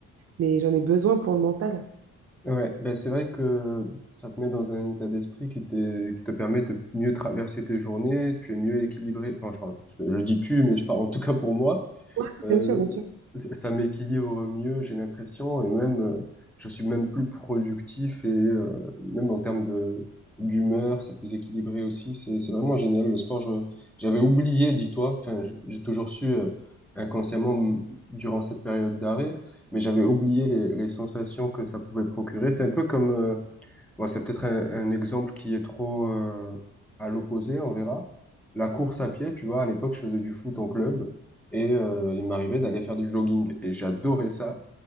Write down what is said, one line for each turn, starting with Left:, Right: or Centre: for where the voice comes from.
Right: mais j'en ai besoin pour le mental.
Centre: Ouais, ben c'est vrai que ça te met dans un état d'esprit qui te, qui te permet de mieux traverser tes journées, tu es mieux équilibré, enfin je, parle- je je dis tu, mais je parle en tout cas pour moi,
Right: Ouais,
Centre: euh,
Right: bien sûr, bien sûr.
Centre: c- ça m'équilibre mieux, j'ai l'impression, et même, euh, je suis même plus productif et euh, même en termes de d'humeur, c'est plus équilibré aussi. C'est c'est vraiment génial le sport. Je j'avais oublié, dis-toi. Enfin, j- j'ai toujours su euh, inconsciemment m- durant cette période d'arrêt, mais j'avais oublié les, les sensations que ça pouvait procurer. C'est un peu comme euh, Bon, c'est peut-être un, un exemple qui est trop euh, à l'opposé, on verra. La course à pied, tu vois, à l'époque, je faisais du foot en club et euh, il m'arrivait d'aller faire du jogging et j'adorais ça.